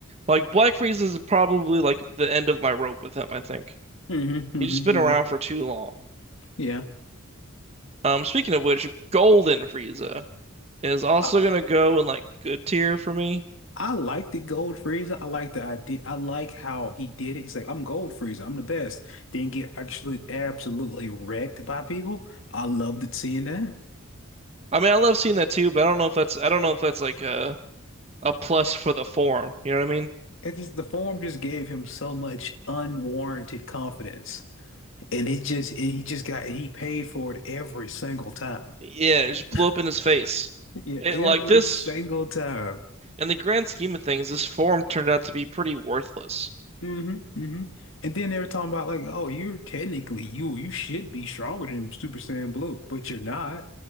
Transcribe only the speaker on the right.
Like Black Frieza is probably like the end of my rope with him, I think.
He's just been around
for too long.
Um, speaking of which, Golden Frieza is also
gonna go in like good tier for me.
I mean, I love seeing that too, but I don't know if that's I don't know if that's like a a plus for the form. You know what I mean?
Yeah, it just blew
up in his face.
It
like this
in the grand scheme of things, this form turned out to be pretty worthless.